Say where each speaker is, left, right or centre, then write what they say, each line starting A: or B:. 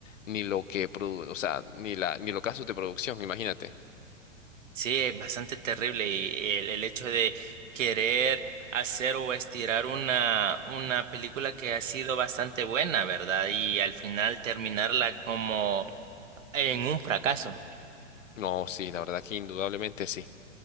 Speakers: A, on the left; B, on the right.
A: ni lo que produ- o sea, ni la, ni los gastos de producción, imagínate.
B: Sí, es bastante terrible y el, el hecho de querer hacer o estirar una, una película que ha sido bastante buena, ¿verdad? Y al final terminarla como en un fracaso.
A: No, sí, la verdad que indudablemente sí.